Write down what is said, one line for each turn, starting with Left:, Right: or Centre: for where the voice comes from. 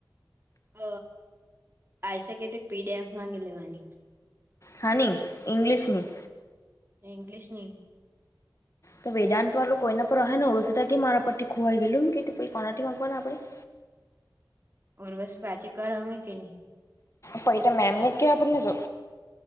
Right: હ આવી શકે તે પીડીએફ માંગે લેવાની
Left: હા ની ઇંગલિશ ની
Right: ઇંગલિશ ની
Left: તો વેદાંત વાળું કોઈના પર રહે ને ઓળસ કે મારા પરથી ખોવાઈ ગયું કે કોનાથી માંગવાના આપડે <inaudible>
Right: ઓરવસ પાછી કળમ કે ન
Left: ફરિતા મેમને કે આપણને જો